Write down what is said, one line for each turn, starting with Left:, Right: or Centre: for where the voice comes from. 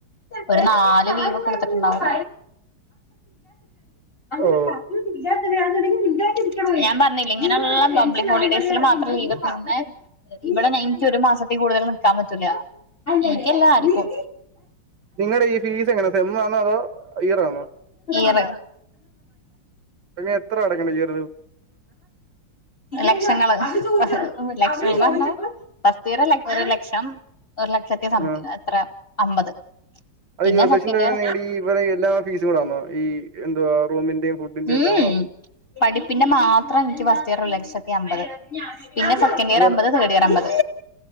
Left: ഒരു നാല് ലീവ് കൊടുത്തിട്ടുണ്ടാവും അങ്ങനെ
Right: ഓ
Left: പറഞ്ഞുന്ന് ഇല്ലാത്ത ഒരാളെങ്ങനാ ഇണ്ടാകുന്ന ഞാൻ പറഞ്ഞില്ലെ ഇങ്ങനെയുള്ള പബ്ലിക് ഹോളിഡേസിൽ മാത്രം ലീവ് തന്ന ഇവിടെ എനിക്ക് ഒരു മാസത്തിൽ കൂടുതൽ നിക്കാൻ പറ്റൂല <unintelligible>
Right: നിങ്ങളുടെ ഈ ഫീസ് എങ്ങനെ സെമ്മാണോ അതോ ഇയറാണോ
Left: ഏത്
Right: ഇനി എത്ര അടക്കണം ഇയറില്
Left: ലക്ഷങ്ങള് ലക്ഷങ്ങളുണ്ടാക്കും
Right: ഓ,
Left: ഫസ്റ്റ് ഇയർ ഒരു ലക്ഷം ഒരു ലക്ഷത്തി സംതി
Right: ആ
Left: എത്ര അമ്പത്
Right: അത്
Left: പിന്നെ
Right: ഈ ഒരുലക്ഷം
Left: സെക്കൻഡ്
Right: രൂപ
Left: ഇയർ
Right: നിഇവടെ ട ഈ എല്ലാ ഫീസൂടെ ആണോ ഈ എന്തുവാ റൂമിന്റെയും ഫുഡിന്റെയും
Left: ഉം
Right: എല്ലാം കൂടെ ആണോ
Left: പഠിപ്പിന്റെ മാത്രം എനിക്ക് ഫസ്റ്റ് ഇയർ ഒരു ലക്ഷത്തി അമ്പത് പിന്നെ ഫുഡ് സെക്കൻ ഇയർ
Right: അന്നേര
Left: അമ്പത് തേർഡ് ഇയർ അമ്പത്